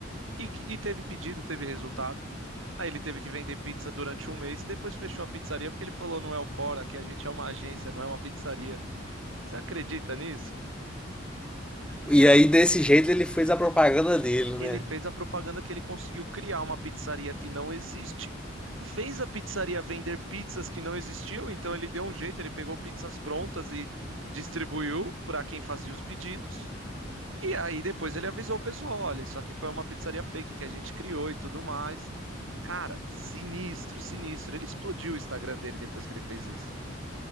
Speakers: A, on the right; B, in the centre.
A: e, que- e teve pedido, teve resultado. Aí ele teve que vender pizza durante um mês e depois fechou a pizzaria porque ele falou, não é o Cora, que a gente é uma agência, não é uma pizzaria. Você acredita nisso?
B: E aí, desse jeito, ele fez a propaganda dele,
A: Ele
B: né?
A: fez a propaganda que ele conseguiu criar uma pizzaria que não existe, fez a pizzaria vender pizzas que não existiam, então ele deu um jeito, ele pegou pizzas prontas e distribuiu para quem fazia os pedidos. E aí depois ele avisou o pessoal, olha, isso aqui foi uma pizzaria fake que a gente criou e tudo mais. Cara, sinistro, sinistro. Ele explodiu o Instagram dele depois que ele fez isso.